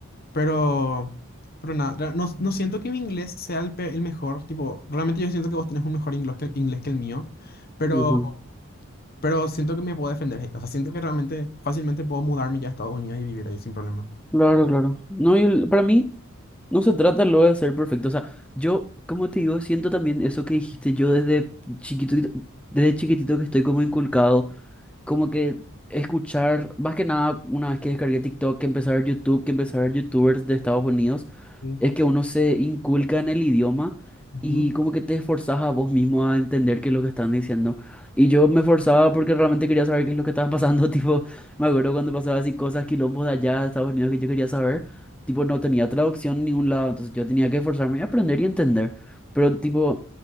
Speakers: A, on the left; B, in the centre.
A: Pero, pero nada, ra- no, no siento que mi inglés sea el, pe- el mejor, tipo, realmente yo siento que vos tenés un mejor inglés que, inglés que el mío, pero,
B: ujú.
A: pero siento que me puedo defender, je- o sea, siento que realmente fácilmente puedo mudarme ya a Estados Unidos y vivir ahí sin problema.
B: Claro, claro. No, y el- para mí No se trata luego de ser perfecto. O sea, yo, como te digo, siento también eso que dijiste yo desde chiquito, desde chiquitito que estoy como inculcado, como que escuchar, más que nada, una vez que descargué TikTok, que empecé a ver YouTube, que empecé a ver YouTubers de Estados Unidos.
A: Sí,
B: Es que uno se inculca en el idioma
A: ujú,
B: y como que te esforzás a vos mismo a entender qué es lo que están diciendo. Y yo me esforzaba porque realmente quería saber qué es lo que estaba pasando. <laughs> Tipo, me acuerdo cuando pasaba así cosas, quilombos de allá de Estados Unidos que yo quería saber. Tipo, no tenía traducción en ningún lado, entonces yo tenía que esforzarme y aprender y entender. Pero tipo,